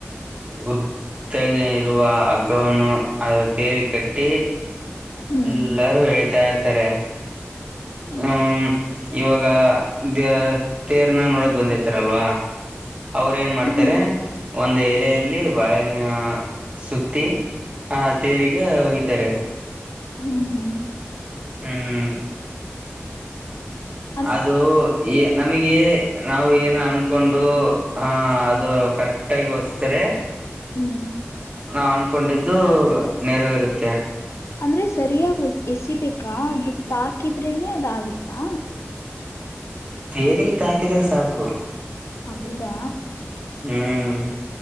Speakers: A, on the right (about 25°); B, on the left (about 75°).
A: ಉದ್ದಗೆ ಇರುವ ಹಗ್ಗವನ್ನು ಅದು ತೇರಿಗೆ ಕಟ್ಟಿ.
B: ಹು
A: ಎಲ್ಲಾರು ಎಳೀತಾ ಇರ್ತಾರೆ. ಹ್ಹು
B: ಹ್ಮ್
A: ಇವಾಗ ದ್ಯೆ ತೇರ್ನ ನೋಡಕ ಬಂದಿರ್ತಾರಲ್ವಾ. ಅವ್ರ ಏನ ಮಾಡ್ತಾರೆ
B: ಹ್ಮ್
A: ಒಂದ ಎಲೆಯಲ್ಲಿ ಬಾಳೆನ್ನ ಸುತ್ತಿ. ಹಾ ತೇರಿಗೆ ವಗಿತಾರೆ.
B: ಹು ಹು.
A: ಹು
B: ಯಾರ ನಿ ಇಲ್ಲಿ ಯಾಕ್ ಬಂದಿ.
A: ಅದು ಇ ನಮಗೆ ನಾವು ಏನ ಅನ್. ಕೊಂಡು ಹಾ ಅದು ಕರೆಕ್ಟ್ ಆಗಿ ಹೊಸ್ತರೆ.
B: ಹು.
A: ನಾವ್ ಅನ್ಕೊಂಡಿದ್ದು ನೆರವೆರುತ್ತೆ.
B: ಅಂದ್ರೆ ಸರಿಯಾಗಿ ಎಸಿಬೇಕಾ ಅದು ತಾಕಿದ್ರೇನೆ ಅದಾಗುತ್ತಾ.
A: ತೇರಿಗ ತಾಕಿದ್ರೆ ಸಾಕು.
B: ಹೌದಾ
A: ಹ್ಮ್